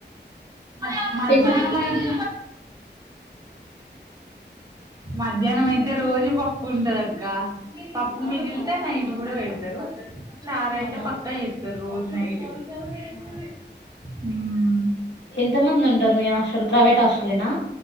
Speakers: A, on the right; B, on the left.
A: మ మధ్యాహ్నం
B: టిఫిన్
A: అయితే మధ్యాహ్నం అయితే రోజు పప్పు ఉంటదక్క పప్పు
B: వామ్మో
A: మిగిలితే నైట్ గుడా పెడ్ జరుగు చారయితే
B: అవునా
A: పక్కా చేస్తారు రోజూ నైటు <unintelligible>
B: ఆ
A: హ్మ్
B: ఎంత మంది ఉంటారు మీ హాస్టల్ ప్రైవేట్ హాస్టలేనా